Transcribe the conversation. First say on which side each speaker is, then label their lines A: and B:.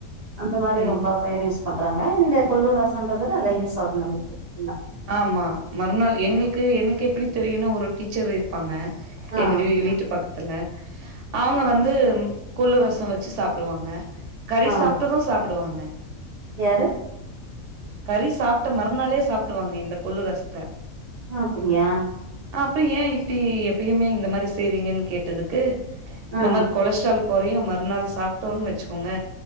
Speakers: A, on the right (about 80°); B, on the right (about 65°).
A: அந்த மாரி
B: ம்
A: ரொம்ப பேரு யூஸ் பண்றாங்க இந்த கொள்ளு ரசம்ன்றதது <unintelligible>
B: ஆம்மா மறுநாள் எங்களுக்கு எனக்கு எப்படி தெரியுனா ஒரு டீச்சர் இருப்பாங்க
A: ஆ
B: எங்க வீ வீ வீட்டு பக்க த்துல அவுங்க வந்து ம் கொள்ளு ரசோ வெச்சி சாப்டுவாங்க கறி
A: ஆ
B: சாப்ட்டது சாப்புடுவாங்க
A: யாரு
B: கறி சாப்ட்ட மறுநாளே சாப்டுவாங்க இந்த கொள்ளு ரசத்த
A: அ அப்படியா
B: அப்ப ஏ இப்டி எப்பயுமே இந்த மாரி செய்றீங்கன் கேட்டதுக்கு இந்த
A: ஆ
B: மாரி கொலஸ்ட்ரால் கொறையு மறுநாள் சாப்ட்டோன் வெச்சுக்கோங்க